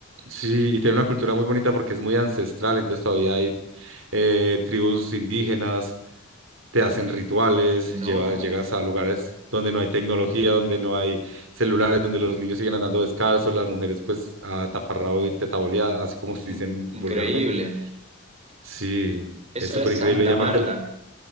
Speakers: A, on the right; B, on the right.
A: sí, y tiene una cultura muy bonita porque es muy ancestral, entonces todavía hay eh, tribus indígenas, te hacen rituales,
B: no,
A: llevas, llegas a lugares donde no hay tecnología, donde no hay celulares, donde los niños siguen andando descalzos, las mujeres pues a taparrabo y tetaboleada, así como se dicen
B: in- increíble.
A: vulgarmente. Sí,
B: Eso
A: es súper
B: es
A: increíble.
B: Santa
A: Y aparte
B: Marta,
A: el-